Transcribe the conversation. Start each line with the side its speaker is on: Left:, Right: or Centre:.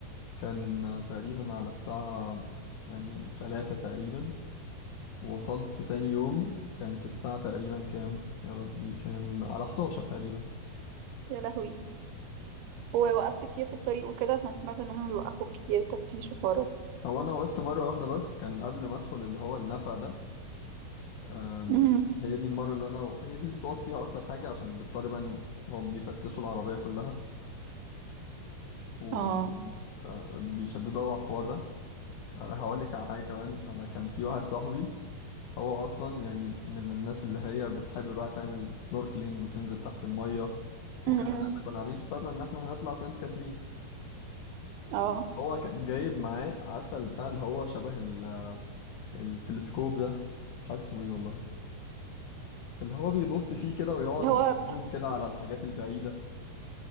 Left: كان آه، تقريبا على الساعة يعني تلاتة تقريبا وصلت تاني يوم كانت الساعة تقريبا كام يا ربي كام على 11 تقريبا
Right: يا لهوي ووقفت كتير في الطريق وكده عشان سمعت ان هم بيوقفوك كتير تفتيش وحوارات
Left: هو أنا وقفت مرة واحدة بس كان قبل ما أدخل اللي هو النفق ده أم،
Right: مهم.
Left: هي دي المرة اللي أنا هي دي اللي بتقف فيها أكتر حاجة عشان بيضطر بقى إن هم بيفتشوا العربية كلها وبيشددوا
Right: اه
Left: أوي على الحوار ده أنا هقولك على حاجة كمان أنا كان في واحد صاحبي هو أصلا يعني من الناس اللي هي بتحب بقى تعمل سنوركلينج وتنزل تحت المية وكمان
Right: مهم.
Left: احنا كنا عاملين حسابنا إن احنا هنطلع سانت كاترين
Right: اه
Left: هو كان جايب معاه عارفة اللي بتاع اللي هو شبه ال التلسكوب ده مش عارف اسمه ايه والله اللي هو بيبص فيه كده ويقعد
Right: ده هو اه
Left: يزوم كده على الحاجات البعيدة